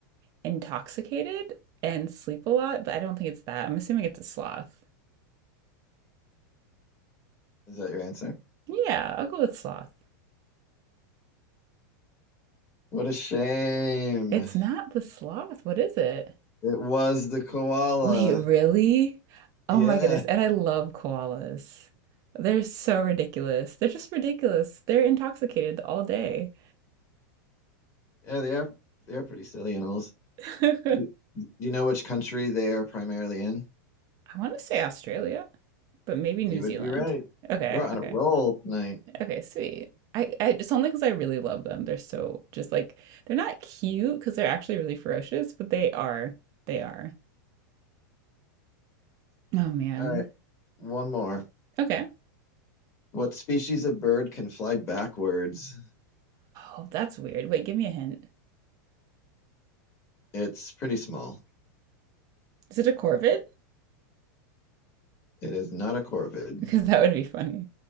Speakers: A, on the right; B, on the left.
A: intoxicated and sleep a lot, but I don't think it's that. I'm assuming it's a sloth.
B: that your answer?
A: Yeah, I'll go with sloth.
B: What a shame.
A: It's not the sloth. What is it?
B: It was the koala.
A: Wait, really? Oh
B: Yeah,
A: my goodness. And I love koalas. They're so ridiculous. They're just ridiculous. They're intoxicated all day.
B: yeah, they are they are pretty silly animals.
A: <laughs> I
B: Do do you know which country they are primarily in?
A: want to say Australia, but maybe New
B: You
A: Zealand.
B: would be right.
A: Okay,
B: You are on
A: okay,
B: a roll tonight.
A: okay, sweet. I, I it's only because I really love them. They're so just like they're not cute because they're actually really ferocious, but they are. They are. Oh man.
B: All right, one more.
A: Okay.
B: What species of bird can fly backwards?
A: Oh, that's weird. Wait, give me a hint.
B: It's pretty small.
A: Is it a corvid? <laughs>
B: It is not a corvid.
A: Because that would be funny.